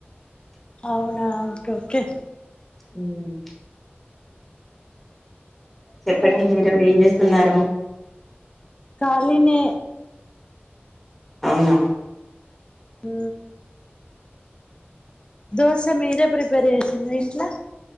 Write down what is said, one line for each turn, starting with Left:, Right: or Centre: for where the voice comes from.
Left: అవునా ఓకే ఓకే
Centre: హు చెప్పండి
Left: ఎక్కడ
Centre: మీరు ఏం చేస్త చేస్తున్నారు
Left: కాళినే
Centre: అవునా
Left: హు దోశ మీరే ప్రిపేర్ చేసిండ్రా ఇంట్లా